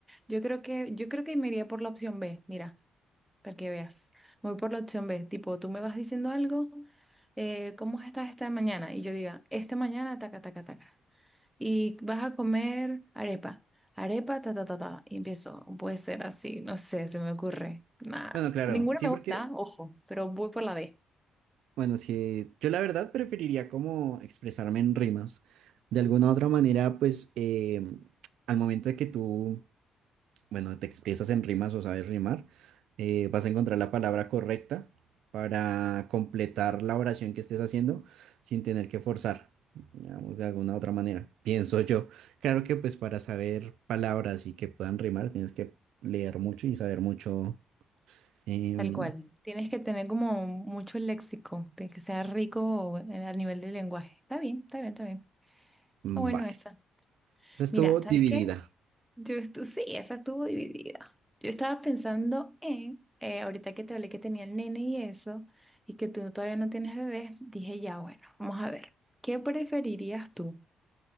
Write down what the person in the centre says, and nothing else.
yo creo que, yo creo que me iría por la opción B, mira. para que veas. Voy por la opción B, tipo, tú me vas diciendo algo, eh, ¿cómo estás esta mañana? Y yo diga, esta mañana, taca, taca, taca. Y vas a comer arepa, arepa, ta, ta, ta, ta. Y empiezo, puede ser así, no sé, se me ocurre. Nada,
ninguna
me
gusta, ojo, pero voy por la B,
tal cual. Tienes que tener como mucho léxico, de que sea rico a nivel de lenguaje. Está bien, está bien, está bien.
Está bueno esa.
Mira,
¿sabes qué? Yo estu- sí, esa estuvo dividida. Yo estaba pensando en, eh, ahorita que te hablé que tenía el nene y eso, y que tú todavía no tienes bebé, dije ya, bueno, vamos a ver, ¿qué preferirías tú?